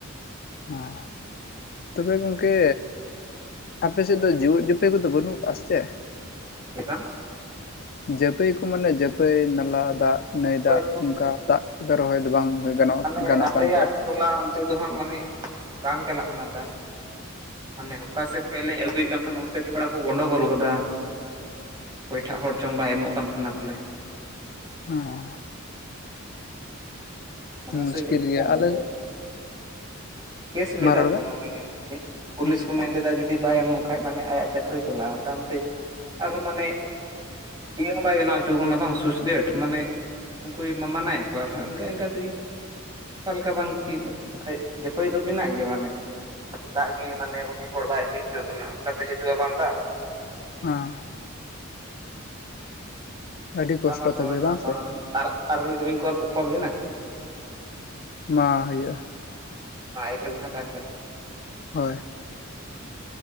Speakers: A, on the left; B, on the right.
A: <inaudible> ᱛᱚᱵᱮ ᱜᱚᱝᱠᱮ ᱟᱯᱮ ᱥᱮᱫ ᱫᱚ ᱡᱤᱣᱮᱫ ᱡᱤᱯᱮ ᱠᱚᱫᱚ ᱵᱟᱹᱱᱩᱜ ᱠᱟᱜᱼᱟ ᱥᱮ ᱪᱮᱫ?
B: ᱪᱮᱫᱠᱟ?
A: ᱡᱟᱹᱯᱟᱹᱭ ᱠᱚ ᱢᱟᱱᱮ ᱡᱟᱹᱯᱟᱹᱭ ᱱᱟᱞᱟ ᱫᱟᱜ ᱱᱟᱹᱭ
B: ᱚᱠᱚᱭ
A: ᱫᱟᱜ
B: ᱠᱚ
A: ᱚᱱᱠᱟ ᱫᱟᱜ ᱫᱚ ᱨᱚᱦᱚᱭ ᱫᱚ ᱵᱟᱝ? ᱦᱩᱭ ᱜᱟᱱᱚᱜ
B: ᱢᱟᱱᱮ
A: ᱜᱟᱱᱚᱜ
B: ᱟᱞᱮᱭᱟᱜ
A: ᱠᱟᱱᱛᱮ ᱟᱯᱮ ᱥᱮᱫ
B: ᱴᱚᱞᱟ
A: ᱫᱚ ᱦᱮᱸ
B: ᱱᱚᱛᱮᱫ ᱫᱚ ᱦᱟᱸᱜ ᱢᱟᱱᱮ ᱵᱟᱝ ᱪᱟᱞᱟᱜ ᱠᱟᱱᱟ ᱫᱟᱜ, ᱢᱟᱱᱮ ᱚᱠᱟ ᱥᱮᱫ ᱠᱷᱚᱱ ᱞᱮ ᱟᱹᱜᱩᱭ ᱚᱱᱛᱮ ᱛᱷᱚᱲᱟ ᱠᱚ ᱜᱚᱸᱰᱚᱜᱚᱞ ᱜᱚᱫᱟ ᱚᱠᱚᱭᱴᱟᱜ ᱦᱚᱲ ᱪᱚᱝ ᱵᱟᱭ ᱮᱢᱚᱜ ᱠᱟᱱ ᱛᱟᱦᱮᱱᱟ ᱵᱚᱞᱮ᱾
A: ᱦᱚᱸ᱾
B: ᱢᱚᱦᱟᱥᱚᱭ
A: ᱢᱩᱥᱠᱤᱞ ᱜᱮᱭᱟ
B: ᱵᱟᱝ
A: ᱟᱞᱟᱜ
B: ᱟᱫᱚ ᱠᱮᱥ ᱞᱮᱫᱟ
A: ᱨᱚᱲ
B: ᱠᱚ
A: ᱵᱮᱱ
B: ᱢᱟᱱᱮ ᱯᱩᱞᱤᱥ
A: ᱦᱮᱸ
B: ᱠᱚ ᱢᱮᱱ ᱞᱮᱫᱟ ᱪᱮᱫᱟᱜ ᱡᱩᱫᱤ ᱵᱟᱭ ᱮᱢᱚᱜ ᱠᱷᱟᱡ ᱢᱟᱱᱮ ᱟᱭᱟᱜ ᱪᱟᱹᱠᱨᱤ ᱪᱟᱞᱟᱜᱼᱟ ᱛᱟᱢ ᱛᱮ ᱟᱨᱦᱚᱸ ᱢᱟᱱᱮ ᱤᱭᱟᱹ ᱦᱚᱸ ᱵᱟᱭ ᱵᱮᱱᱟᱣ ᱦᱚᱪᱚ ᱠᱟᱱᱟ ᱵᱟᱝ ᱥᱩᱥ ᱜᱮᱴ ᱢᱟᱱᱮ ᱩᱱᱠᱩᱭ ᱢᱟᱱᱟᱣᱮᱫ ᱠᱚᱣᱟ ᱟᱨᱦᱚᱸ ᱤᱱᱠᱩ ᱮᱱᱠᱟ ᱛᱮᱜᱮ ᱚᱠᱟ ᱞᱮᱠᱟ ᱵᱟᱝ ᱠᱤᱱ ᱠᱚ ᱵᱟᱠᱷᱟᱡ ᱡᱟᱹᱯᱟᱹᱭ ᱫᱚ ᱢᱮᱱᱟᱜ ᱜᱮᱭᱟ ᱢᱟᱱᱮ ᱫᱟᱜ ᱜᱮ ᱢᱟᱱᱮ ᱩᱱᱤ ᱦᱚᱲ ᱵᱟᱭ ᱦᱮᱡ ᱦᱚᱪᱚᱣᱟᱜ ᱠᱟᱱᱟ ᱚᱱᱠᱟᱛᱮ ᱦᱤᱡᱩᱜᱼᱟ ᱵᱟᱝ ᱫᱟᱜ᱾
A: ᱦᱚᱸ᱾ ᱟᱹᱰᱤ ᱠᱚᱥᱴᱚ
B: ᱛᱟᱢᱟ ᱥᱚᱢᱚᱭ
A: ᱛᱚᱵᱮ
B: ᱢᱟ
A: ᱵᱟᱝ
B: ᱯᱟᱨᱚᱢ
A: ᱥᱮ
B: ᱮᱱ ᱟᱨ ᱟᱨ ᱢᱤᱫ ᱫᱷᱟᱣᱤᱱ ᱠᱚᱞ ᱵᱤᱱᱟ᱾
A: ᱢᱲ ᱦᱩᱭᱩᱜᱼᱟ᱾
B: ᱱᱟᱣᱟ ᱮᱯ ᱨᱮᱜᱮ ᱦᱟᱸᱜ ᱛᱟᱦᱮᱱ ᱵᱤᱱ᱾
A: ᱦᱚᱭ᱾